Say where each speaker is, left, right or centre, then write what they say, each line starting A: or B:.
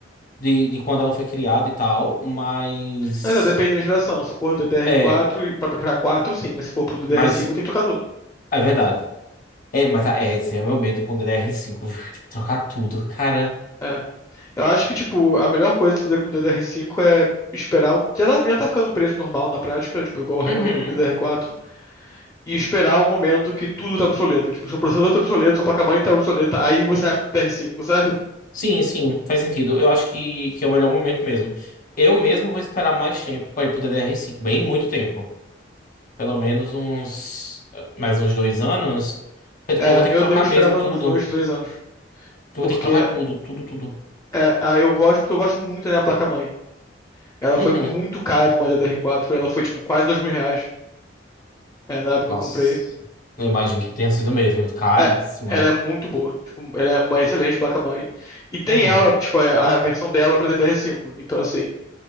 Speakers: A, on the left (about 45°); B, on the left (about 20°).
A: de, de quando ela foi criada e tal, mas.
B: Mas é, depende da geração. Se for do DDR4
A: É,
B: e pra pra 4, sim, mas se for pro DDR5,
A: mas
B: tem que trocar tudo.
A: é verdade. É, mas ah, é, esse é o meu medo com DDR5, viu? <laughs> Tem que trocar tudo, cara.
B: É. Eu acho que, tipo, a melhor coisa de fazer com o DDR5 é esperar um. Já tá, já tá ficando um preço normal na prática, tipo, igual
A: Uhum.
B: ao DDR4. e esperar o momento que tudo tá obsoleto. Tipo, seu processador tá obsoleto, sua placa-mãe tá obsoleta, aí você vai pro TR5, sabe?
A: Sim, sim, faz sentido. Eu acho que, que é o melhor momento mesmo. Eu mesmo vou esperar mais tempo para ir pro ddr cinco bem muito tempo. Pelo menos uns eh, mais uns dois anos. Porque, tipo,
B: É,
A: eu vou ter
B: eu
A: que trocar
B: devo esperar
A: mesmo
B: mais
A: tudo.
B: uns dois, três anos.
A: Eu
B: Porque
A: vou ter que trocar tudo, tudo, tudo.
B: é, a- eu gosto, porque eu gosto muito da minha placa-mãe. Ela foi
A: Uhum.
B: muito cara pra uma D D R quatro ela foi tipo quase dois mil reais é, na época
A: Nossa,
B: que eu comprei.
A: eu imagino que tenha sido mesmo, caríssima.
B: É, ela é muito boa. Tipo, ela é uma excelente placa-mãe. E tem
A: Uhum.
B: ela, tipo, a a versão dela pra D D R cinco Então, assim,